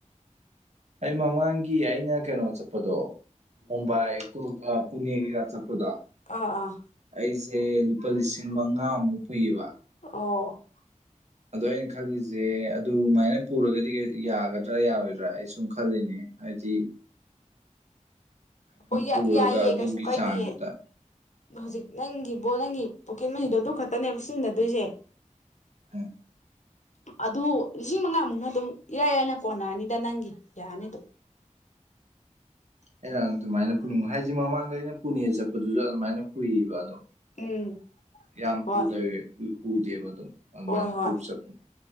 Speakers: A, on the right; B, on the left.
A: ꯑꯩ ꯃꯃꯥꯡꯒꯤ ꯑꯩꯅ ꯀꯩꯅꯣ ꯆꯠꯄꯗꯣ ꯃꯨꯝꯕꯥꯏ ꯀꯨ ꯄꯨꯡ ꯌꯩꯕꯤꯒ ꯆꯠꯄꯗꯣ
B: ꯑꯥ ꯑꯥ
A: ꯑꯩꯁꯦ ꯂꯨꯄꯥ ꯂꯤꯁꯤꯡ ꯃꯉꯥꯃꯨꯛ ꯐꯨꯏꯌꯦꯕ
B: ꯑꯣ
A: ꯑꯗꯣ ꯑꯩꯅ ꯈꯜꯂꯤꯁꯦ ꯑꯗꯨꯃꯥꯏꯅ ꯄꯨꯔꯒꯗꯤ ꯌꯥꯒꯗ꯭ꯔꯥ ꯌꯥꯔꯣꯏꯗ꯭ꯔꯥ ꯑꯩ ꯁꯨꯝ ꯈꯜꯂꯤꯅꯦ ꯍꯥꯏꯖꯤ
B: ꯑꯣ
A: ꯄꯨꯔꯒ
B: ꯌꯥꯏꯌꯦ
A: ꯑꯗꯨꯒꯤ
B: ꯀꯩꯁꯨ ꯀꯥꯏꯗꯤꯌꯦ
A: ꯆꯥꯡꯗꯨꯗ ꯑꯣ
B: ꯍꯧꯖꯤꯛ ꯅꯪꯒꯤꯕꯣ ꯅꯪꯒꯤ ꯄꯣꯀꯦꯠ ꯃꯅꯤꯗꯣ ꯑꯗꯨ ꯈꯛꯇꯅꯦꯕ ꯁꯤꯖꯤꯟꯅꯗꯣꯏꯁꯦ
A: ꯎꯝ
B: ꯑꯗꯨ ꯂꯤꯁꯤꯡ ꯃꯉꯥꯃꯨꯛꯅ ꯑꯗꯨꯝ ꯏꯔꯥꯏ ꯂꯥꯏꯅ ꯀꯣꯟꯅꯔꯅꯤꯗ ꯅꯪꯒꯤ ꯌꯥꯔꯅꯤꯗ
A: ꯑꯩꯅ ꯑꯗꯨꯃꯥꯏꯅ ꯄꯨꯡ ꯍꯥꯏꯁꯦ ꯃꯃꯥꯡꯗ ꯑꯩꯅ ꯄꯨꯅꯦ ꯆꯠꯄꯗꯨꯁꯨ ꯑꯗꯨꯃꯥꯏꯅ ꯄꯨꯏꯕ ꯑꯗꯨꯝ
B: ꯎꯝ
A: ꯌꯥꯝ
B: ꯍꯣꯏ
A: ꯄꯨꯗꯕꯤ ꯄꯨꯗꯦꯕ ꯑꯗꯨꯝ ꯑꯗꯨꯃꯥꯏꯅ
B: ꯍꯣꯏ ꯍꯣꯏ
A: ꯄꯨꯔ ꯆꯠꯄꯅꯦ